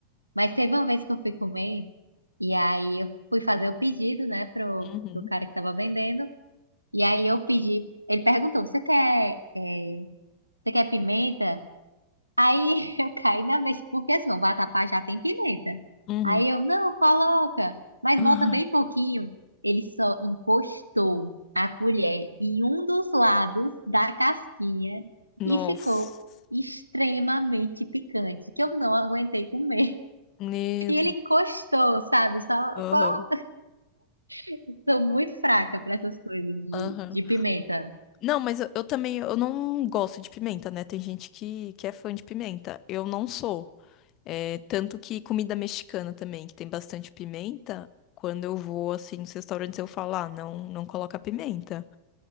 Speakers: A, on the right; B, on the left.
A: Mas teve uma vez que eu fui comer. E aí eu fui fazer o pedido, né, pro,
B: Uhum.
A: pro cara que tava vendendo. E aí eu pedi. Ele perguntou: Você quer, eh, você quer pimenta? Aí <laughs> eu caí na vez, porque assim, o vatapá já tem pimenta.
B: Uhum.
A: Aí eu,
B: <gasps>
A: não, coloca, mas
B: Ah,
A: bota bem pouquinho. Ele só encostou a colher em um dos lados da casquinha
B: Nossa.
A: e ficou extremamente picante, que eu não aguentei comer. <laughs>
B: Meu
A: E ele encostou, sabe? Só,
B: Deus.
A: só... <laughs> Sou muito fraca para essas coisas de,
B: Aham.
A: de pimenta,
B: Não, mas eu, eu também, eu não gosto de pimenta, né? Tem gente que, que é fã de pimenta. Eu não sou. É, tanto que comida mexicana também, que tem bastante pimenta, quando eu vou, assim, nos restaurantes, eu falo, ah, não, não coloca pimenta,